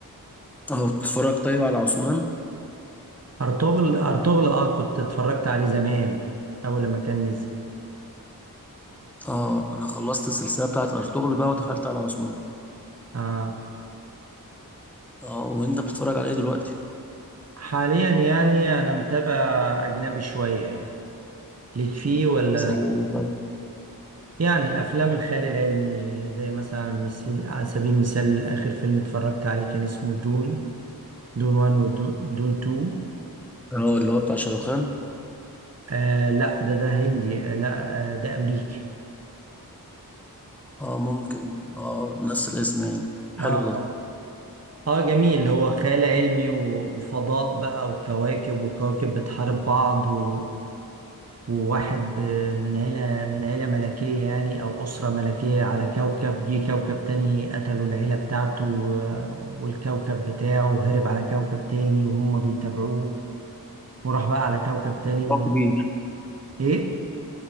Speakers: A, in the centre; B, on the right.
A: اه بتتفرج طيب على عثمان
B: أرطغرل أرطغرل اه كنت اتفرجت عليه زمان أول لما كان نزل
A: اه انا خلصت السلسله بتاعت ارطغرل بقى ودخلت على عثمان
B: اه
A: اه وانت بتتفرج على ايه دلوقتي
B: حاليا يعني أنا متابع أجنبي شوية يعني ليك فيه ولا
A: زي ايه طيب
B: يعني أفلام الخيال العلمي زي مثلا مثل على سبيل المثال آخر فيلم اتفرجت عليه كان اسمه دون دون وان ودون دون تو
A: اه اللي هو بتاع شاروخان
B: آه لا ده ده هندي آه لا آه ده أمريكي
A: اه ممكن اه نفس الاسم يعني حلو
B: اه
A: ده
B: اه آه، جميل هو خيال علمي و- وفضاء بقى وكواكب وكواكب بتحارب بعض و... وواحد ب... من عيلة من عيلة ملكية يعني أو أسرة ملكية على كوكب جه كوكب تاني قتلوا العيلة بتاعته و... والكوكب بتاعه وهرب على كوكب تاني وهم بيتابعوه وراح بقى على كوكب تاني
A: موضوع كبير
B: إيه؟